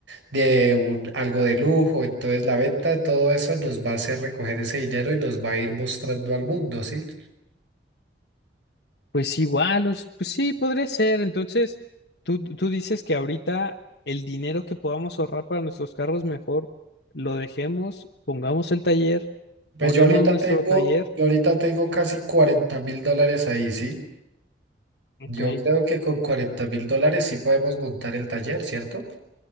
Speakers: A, on the right (about 85°); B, on the left (about 65°).
A: de un- algo de lujo. Entonces la venta de todo eso nos va a hacer recoger ese dinero y nos va a ir mostrando al mundo, ¿sí?
B: Pues igual, os- pues sí, podría ser. Entonces, tú, tú dices que ahorita el dinero que podamos ahorrar para nuestros carros, mejor lo dejemos, pongamos el taller,
A: Pues
B: ponemos
A: yo ahorita
B: nuestro
A: tengo,
B: taller.
A: yo ahorita tengo casi cuarenta mil dólares ahí, ¿sí?
B: Ok,
A: Yo creo que con cuarenta mil dólares sí podemos montar el taller, ¿cierto?